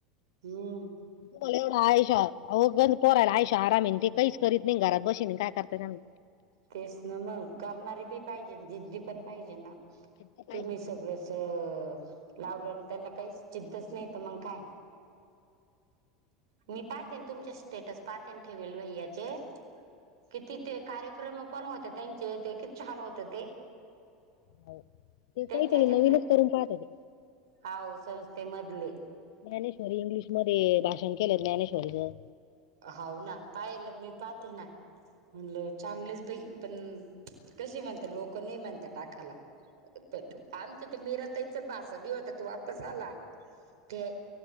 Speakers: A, on the right; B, on the left.
A: हम्म
B: तुम्हाला एवढा आयशो आहो घरी पोराला आयशोआराम ये ते कहीच करीत नई घरात बशीन काय करताय त्यानां
A: तेच ना मग करणारे पी पाहिजे जिद्दी पण पाहिजे ना
B: ते पाहिजे
A: तुम्ही
B: माणूस
A: सगळंच अ लावलं न त्यांना काहीच जिद्दच नाय त मंग काय मी पाहतेेन तुमच्या स्टेटस पाहतेन ठेवेल भैयाचे किती ते कार्यक्रम पण होत त्यांचे ते कित छान होत ते
B: हो ते
A: त्यांच्या
B: काय तरी
A: ह्याच्यातले
B: नवीनच करून पाहता ते.
A: हाव संस्थेमधले
B: ज्ञानेश्वरी इंग्लिश मध्ये भाषण केलं ज्ञानेश्वरीचं.
A: होऊ ना पाहेल मी पाहतेे ना म्हणल चांगलेच बाई पण कसे म्हणत्या लोक नई म्हणता टाकाला प आमच्या त्या मीरा ताई त्याचा भासा बी होता तो वापस आला ते